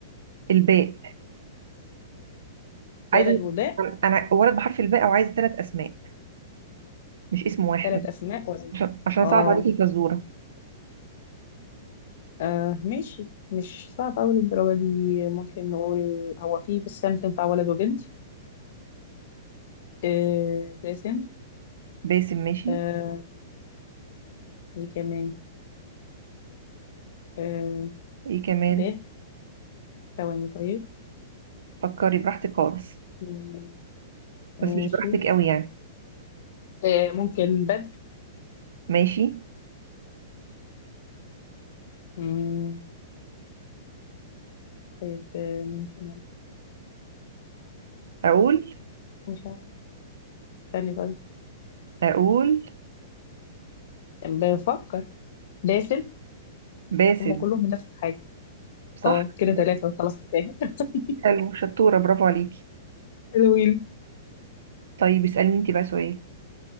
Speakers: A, on the right; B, on the left.
A: الباء عايزة
B: ولد وباء
A: انا ولد بحرف الباء او عايزة ثلاث اسماء مش اسم واحد
B: ثلاث اسماء وزي
A: عشان عشان اصعب
B: اه
A: عليكي الفزورة
B: آه ماشي مش صعب أوي للدرجة دي ممكن نقول هو في بسام تنفع ولد وبنت آه باسم
A: باسم ماشي
B: آه ايه كمان آه
A: ايه كمان
B: ب ثواني طيب
A: فكري براحتك خالص
B: مم،
A: بس
B: ماشي
A: مش براحتك قوي يعني
B: آه ممكن بدر
A: ماشي
B: مم، طيب آه ممكن
A: اقول
B: مش عارف استني طيب
A: اقول
B: بفكر باسم
A: باسل
B: هم كلهم من نفس الحاجة
A: صح
B: اه كده
A: مظبوط.
B: ثلاثة خلاص كفاية <laughs>
A: حلو شطورة برافو عليكي
B: حلوين
A: طيب اسألني انت بقى سؤال